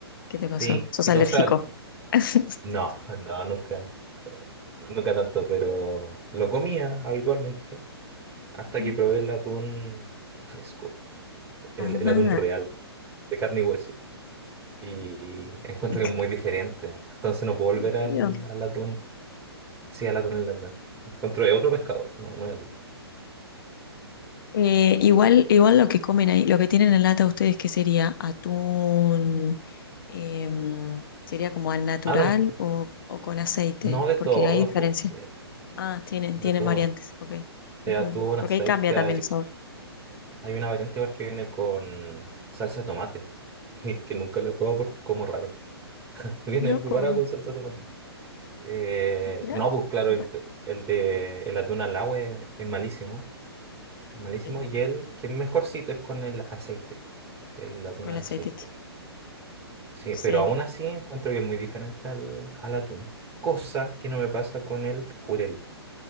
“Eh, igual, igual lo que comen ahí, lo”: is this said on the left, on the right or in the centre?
Left